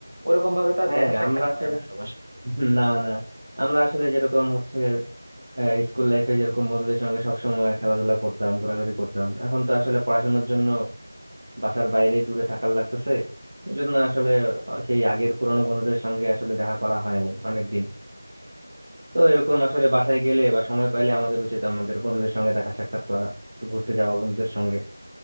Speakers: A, on the right; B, on the right.
A: ওরকম ভাবে তো আর
B: হ্যাঁ
A: দেখা সাক্ষাৎ
B: আমরা আসলে
A: হয় না সবার সাথে
B: <laughs> না না আমরা আসলে যেরকম হচ্ছে আহ, স্কুল লাইফে যেরকম বন্ধুদের সঙ্গে সবসময় খেলাধুলা করতাম ঘোরাঘুরি করতাম এখন তো আসলে পড়াশোনার জন্য বাসার বাইরে দূরে থাকার লাগতেছে এই জন্য আসলে আহ, সেই আগের পুরোনো বন্ধুদের সঙ্গে আসলে দেখা করা হয় না অনেকদিন তো এরকম আসলে বাসায় গেলে বা সময় পাইলে আমাদের উচিত আমাদের বন্ধুদের সঙ্গে দেখা সাক্ষাৎ করা ঘুরতে যাওয়া বন্ধুদের সঙ্গে